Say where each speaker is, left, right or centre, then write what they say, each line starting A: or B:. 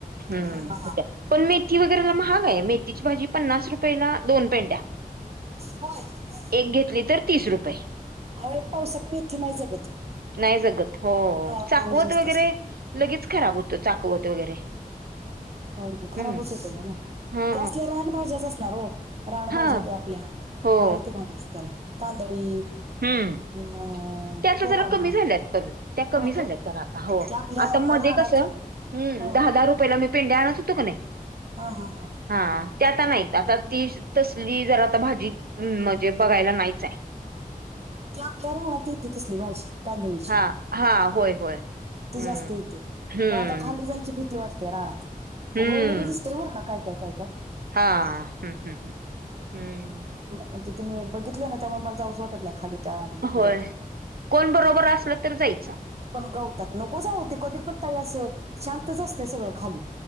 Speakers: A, on the right; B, on the right.
A: हम्म
B: हा हा
A: होत्या.
B: हा
A: पण मेथी वगैरेला महाग हाय मेथीची भाजी पन्नास रुपयेला दोन पेंड्या.
B: होय हा.
A: एक घेतली तर तीस रुपये.
B: अवो एक पावसात मेथी नाय जगत.
A: नाय जगत. हो
B: हा
A: चाकवत
B: पाऊस जास्त
A: वगैरे
B: असला की
A: लगेच खराब होतो चाकवत वगैरे
B: हो हो खराबच
A: हम्म
B: होतय ना
A: हा
B: त्या असल्या रान भाज्याच असणार ओ रानभाज्या
A: हा
B: त्या आपल्या
A: हो
B: काय ते म्हणायचं त्याला तांदळी
A: हम्म
B: अं,
A: त्या आता
B: पोकाळा
A: जरा कमी झाल्यात पण त्या कमी
B: होय
A: झाल्या
B: काय
A: जरा आता हो
B: ते आपल्या
A: आता मध्ये
B: रानात
A: कस हम्म
B: हा
A: दहा दहा रुपयाला मी पेंड्या आणत होतो क नाय
B: हा हा हा.
A: हा ते आता नाहीत आता ती तसली जर आता भाजी म म्हणजे बघायला नाईच हाय.
B: ती आपल्या रानात येते तसली भाजी तांदळीची
A: हा हा होय होय
B: ती
A: हम्म.
B: जास्त येते
A: हम्म.
B: पण आता खाली जायची भीती वाट त्या रानात
A: हम्म.
B: उगवलेली दिसतय वरना काय, काय, काय, काय
A: हा हम्म हम्म हम्म.
B: अ तिथे मी बघितले ना त्यामुळ मला जाऊस वाटत नाय खाली त्या ह्याच्यात
A: होय कोण बरोबर असल तर जायचं.
B: पण गवतात नको जाऊ ते कधी पण काय असं शांतच असतय सगळं खाली.